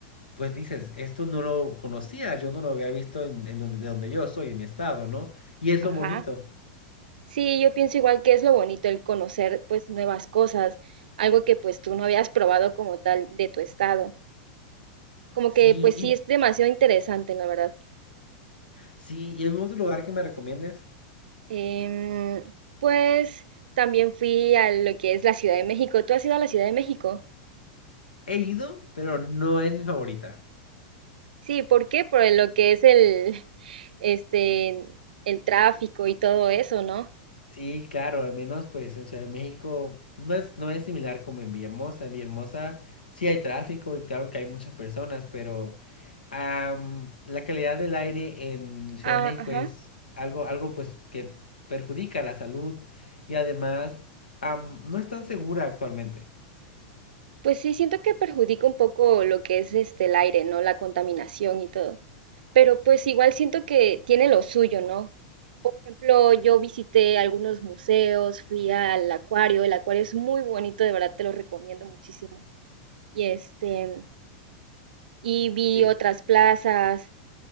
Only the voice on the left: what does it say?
pues dices, esto no lo conocía, yo no lo había visto en, en donde, de donde yo soy, en mi estado, ¿no? Y es
lo bonito.
Sí,
y
sí, ¿y algún otro lugar que me recomiendes?
He ido, pero no es mi favorita.
Sí, claro, al menos pues en Ciudad de México no es, no es similar como en Villahermosa. En Villahermosa sí hay tráfico y claro que hay muchas personas, pero am, la calidad del aire en Ciudad
de México
es algo, algo pues que perjudica la salud y además am, no es tan segura actualmente.
Sí,